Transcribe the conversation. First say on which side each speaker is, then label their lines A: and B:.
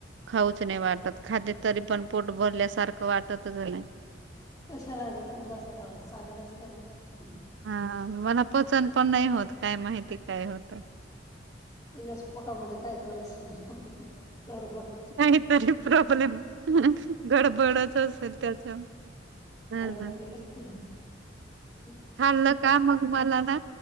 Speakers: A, on the right; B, on the left.
A: खाऊच नाही वाटत. खाल्ली तरी पण पोट भरल्यासारखं वाटतच नाही.
B: कशाला अगं उडदाचे दाल चांगलं असते ना. हम्म.
A: हा हा मला पचन पण नाही होत. काय माहिती काय होत?
B: तुझ्याच पोटामध्ये काय तरी असल <inaudible> गडबड.
A: का तरी प्रॉब्लेम गडबडच असेल त्याच्या. <inaudible>
B: होउदे. <unintelligible> <inaudible>
A: हाललं का मग मला ना